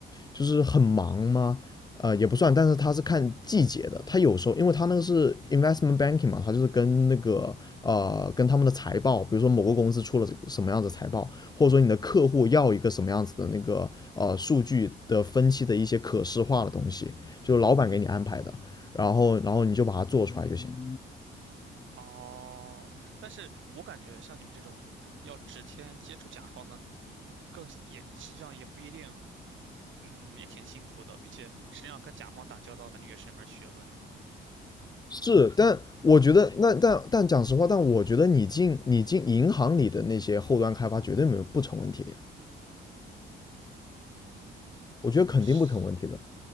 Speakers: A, on the left (about 20°); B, on the right (about 75°).
A: 就是很忙吗？呃，也不算，但是他是看季节的。他有时候，因为他那个是 investment banking 嘛，他就是跟那个呃，跟他们的财报，比如说某个公司出了什么样子财报，或者说你的客户要一个什么样子的那个呃数据的分析的一些可视化的东西，就是老板给你安排的，
B: 嗯，
A: 然后然后你就把它做出来就行了。
B: 哦，但是我感觉像你们这种要直接接触甲方的，更也实际上也不一定，嗯，也挺辛苦的，并且实际上跟甲方打交道，感觉也是一门学问。
A: 是，但我觉得那但但讲实话，但我觉得你进你进银行里的那些后端开发绝对没有不成问题的呀，
B: 嗯，
A: 我觉得肯定不成问题的。
B: 是。